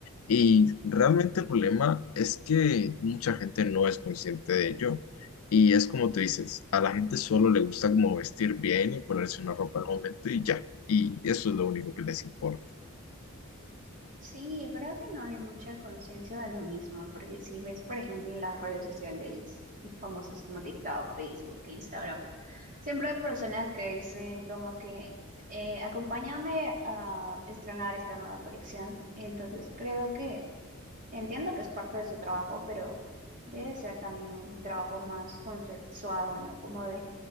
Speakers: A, on the left; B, on the right.
A: Y realmente el problema es que mucha gente no es consciente de ello. Y es como tú dices, a la gente solo le gusta como vestir bien y ponerse una ropa al momento y ya. Y eso es lo único que les importa.
B: Sí, creo que no hay mucha conciencia de lo mismo, porque si ves, por ejemplo, en las redes sociales famosas como TikTok, Facebook, Instagram, siempre hay personas que dicen como que eh, acompáñame a estrenar esta nueva colección. Entonces, creo que entiendo que es parte de su trabajo, pero debe ser también un trabajo más consensuado, ¿no? Como de,